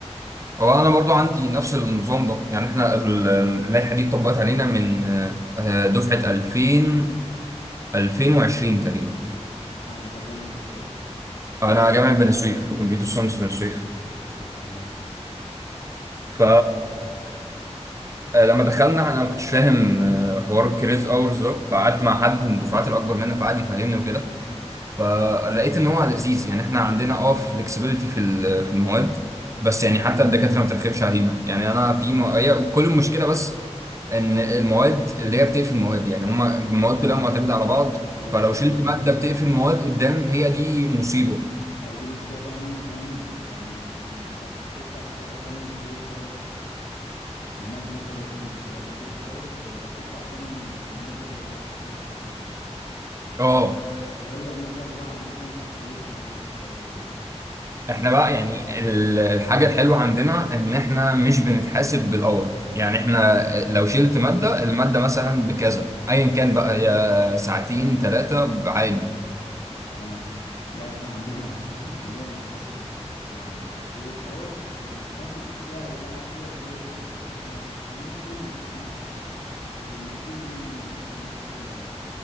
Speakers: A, on the right; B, on the left.
A: هو انا برضو عندي نفس النظام ده يعني احنا ال- اللائحه دي اتطبقت علينا من آه، دفعه 2000 2020 تقريبا
B: اه انت جامعة ايه طيب
A: انا جامعه بني سويف كمبيوتر ساينس بني سويف
B: ما شاء الله
A: ف آه، لما دخلنا انا ما كنتش فاهم آه، حوار الكريدت اورز ده فقعدت مع حد من الدفعات الاكبر مننا فقعد يفهمني وكده فلقيت ان هو لذيذ يعني احنا عندنا اه فلكسبيليتي في ال- في المواد بس يعني حتى الدكاتره ما بترخمش علينا يعني انا في م... هي كل المشكله بس ان المواد اللي هي بتقفل المواد يعني هما المواد كلها معتمده على بعض
B: ايوه
A: فلو
B: هي
A: شلت
B: دي مشكلة
A: ماده بتقفل
B: فعلا
A: المواد
B: اه
A: قدام هي دي مصيبه
B: هي دي مشكلة فعلا ان هما كمان يعني بي... انت بتدفع ساعتها تمن كريدت اور المادة مثلا وليكن 3 كريدت اورز فانت بتدفع تمن ال- المادة لو انت عايز تاخدها في السمر
A: اه
B: لو بيبقى مبلغ بقى عندكم مبلغ كبير ولا مبلغ صغير ولا ايه
A: احنا بقى يعني ال- الحاجه الحلوه عندنا ان احنا مش بنتحاسب بالاور يعني احنا لو شلت ماده الماده مثلا بكذا ايا كان بقى يا ساعتين ثلاثه عادي
B: تمام لا احنا عندنا <laughs> عندنا بنتحاسب يعني بالكريدت اور وبنتحاسب بسعر بقى بتوع كريدت اور يعني احنا من ستريم احنا اللي المفروض ليه منحة من الحكومة يعني